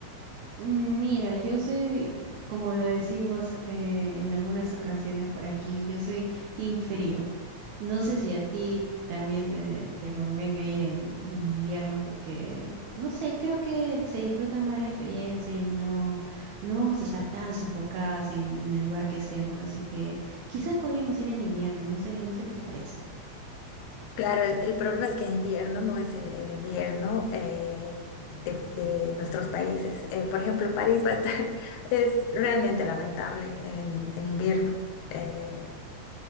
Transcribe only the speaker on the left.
Claro, el, el problema es que en invierno no es el invierno eh, de, de nuestros países. Eh, por ejemplo, París va a estar, <laughs> es realmente lamentable en, en invierno. Eh,